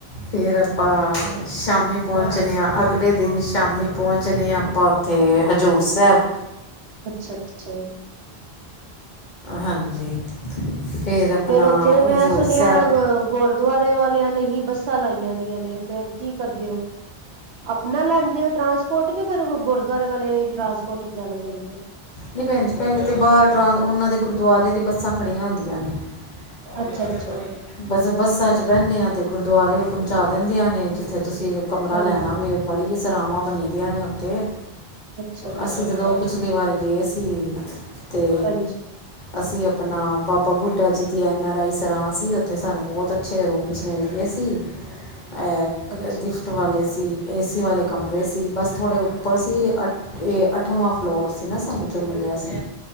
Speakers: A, on the left; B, on the right.
A: ਫਿਰ ਆਪਾਂ ਸ਼ਾਮੀ ਪਹੁੰਚਦੇ ਹਾਂ ਅਗਲੇ ਦਿਨ ਸ਼ਾਮੀ ਪਹੁੰਚਦੇ ਹਾਂ ਆਪਾਂ ਉ ਤੇ ਹਜ਼ੂਰ ਸਾਹਿਬ
B: ਅੱਛਾ- ਅੱਛਾ।
A: ਹਾਂਜੀ ਫਿਰ ਆਪਣਾ
B: ਫਿਰ ਉੱਥੇ ਮੈਂ
A: ਹਜ਼ੂਰ
B: ਸੁਣਿਆ
A: ਸਾਹਿਬ
B: ਅ ਗੋ ਦੁਆਰੇ ਵਾਲਿਆਂ ਨੇ ਹੀ ਬੱਸਾਂ ਲਾਈਆਂ ਦੀਆਂ ਨੇ ਫੇਰ ਕੀ ਕਰਦੇ ਹੋ। ਆਪਣਾ ਲੈਂਦੇ ਹੋ ਟਰਾਂਸਪੋਰਟ ਤੇ ਫਿਰ ਗੁਰਦੁਆਰੇ ਵਾਲੇ ਟਰਾਂਸਪੋਰਟ ਜਾਣੇ ਜਾਂਦੇ ਆ।
A: ਜੀ ਭੈਣ ਜੀ ਪਹਿਲੇ ਤੇ ਬਾਹਰ ਟਰ ਉਹਨਾਂ ਦੇ ਗੁਰਦੁਆਰੇ ਤੇ ਬੱਸਾਂ ਖੜੀਆਂ ਹੁੰਦੀਆਂ ਨੇ। ਆ
B: ਅੱਛਾ-ਅੱਛਾ,
A: ਗਿਆ, ਆ ਗਿਆ ਭਾਜੀ। ਬਸ ਬੱਸਾਂ 'ਚ ਬਹਿੰਦੇ ਹਾਂ ਅਤੇ ਗੁਰਦੁਆਰੇ ਉਹ ਪਹੁੰਚਾ ਦਿੰਦੀਆਂ ਨੇ ਜਿੱਥੇ ਤੁਸੀਂ ਕਮਰਾ
B: ਹਾਂਜੀ,
A: ਲੈਣਾ ਪਵੇ। ਬੜੀ ਸਰਾਵਾਂ ਬਨੀ ਦੀਆਂ ਨੇ ਉੱਥੇ
B: ਅੱਛਾ-ਅੱਛਾ,
A: ਅਸੀਂ ਜਦੋਂ ਪਿਛਲੀ ਵਾਰ ਗਏ ਸੀ ਤੇ
B: ਹਾਂਜੀ,
A: ਅਸੀਂ ਆਪਣਾ ਬਾਬਾ ਆਪਾ ਬੁੱਢਾ ਜੀ ਦੀ ਐੱਨ ਆਰ ਆਈ ਸਰਾਂ ਸੀ ਉੱਥੇ ਸਾਨੂੰ ਬਹੁਤ ਅੱਛੇ ਰੂਮਜ਼ ਮਿਲ ਗਏ ਸੀ। ਅ
B: ਅੱਛਾ-ਅੱਛਾ।
A: ਗਿਫਟ ਵਾਲੇ। ਸੀ, ਏ ਸੀ ਵਾਲੇ ਕਮਰੇ ਸੀ ਬਸ ਥੋੜ੍ਹੇ ਉੱਪਰ ਸੀ ਅ ਇਹ ਅੱਠਵਾ ਫਲੋਰ ਸੀ ਨਾ ਸਾਨੂੰ ਜੋ ਮਿਲਿਆ ਸੀ